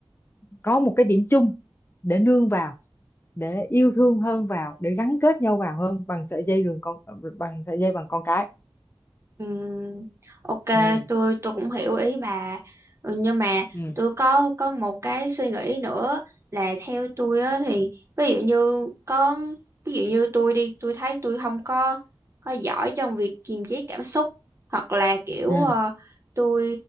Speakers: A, on the left; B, on the right.
A: có một cái điểm chung để nương vào để yêu thương hơn vào để gắn kết nhau vào hơn bằng sợi dây đường con bằng sợi dây bằng con cái
B: Ừm, ok
A: ừ
B: tôi tôi cũng hiểu ý bà Ừ, nhưng mà
A: ừ
B: tôi có có một cái suy nghĩ nữa là theo tôi á thì ví dụ như có ví dụ như tôi đi tôi thấy tôi không có có giỏi trong việc kiềm chế cảm xúc hoặc là kiểu
A: ừ
B: ờ, tôi